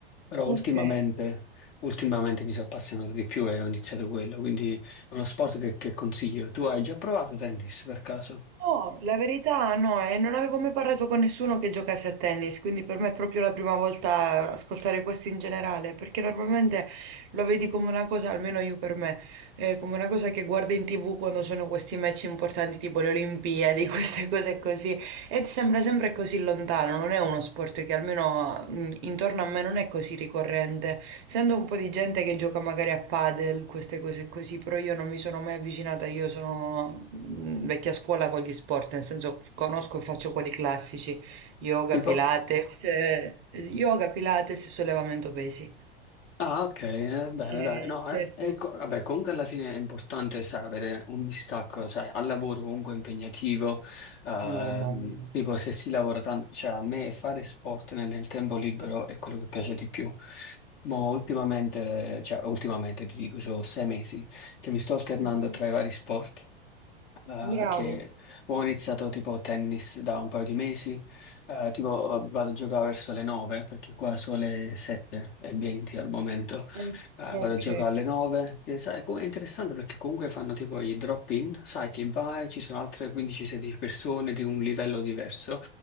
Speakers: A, on the left; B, on the right.
A: Però
B: Ok.
A: ultimamente, ultimamente mi sono appassionato di più e ho iniziato quello, quindi è uno sport che, che consiglio. Tu hai già provato tennis per caso?
B: Oh, la verità no, eh, non avevo mai parlato con nessuno che giocasse a tennis, quindi per me è proprio la prima volta ascoltare questo in generale, perché normalmente lo vedi come una cosa, almeno io per me, eh, come una cosa che guardo in TV quando sono questi match importanti tipo le Olimpiadi, <laughs> queste cose così. Ed sembra sempre così lontano, non è uno sport che almeno mh, intorno a me non è così ricorrente. Sento un po' di gente che gioca magari a padel, queste cose così, però io non mi sono mai avvicinata, io sono mh, vecchia scuola con gli sport, nel senso conosco e faccio quelli classici, yoga,
A: Tipo?
B: pilates, eh, yoga, pilates e sollevamento pesi.
A: Ah, ok, eh, bene,
B: Eh,
A: dai. No,
B: certo.
A: eh, ecco, vabbè, comunque alla fine è importante, sai, avere un distacco, sai, al lavoro comunque impegnativo, ehm,
B: Mamma mia.
A: tipo se si lavora tanto, cioè a me fare sport nel, nel tempo libero è quello che piace di più. Ma ultimamente, cioè ultimamente ti dico, sono sei mesi che mi sto alternando
B: Mhm.
A: tra i vari sport. eh,
B: Bravo.
A: che ho iniziato tipo tennis da un paio di mesi, eh, tipo eh, vado a giocare verso le 9 perché qua sono le 7 e 20 al momento,
B: Eh,
A: Eh,
B: ok.
A: vado a giocare alle 9 e sai, com- è interessante perché comunque fanno tipo i drop-in, sai che vai, ci sono altre 15-16 persone di un livello diverso,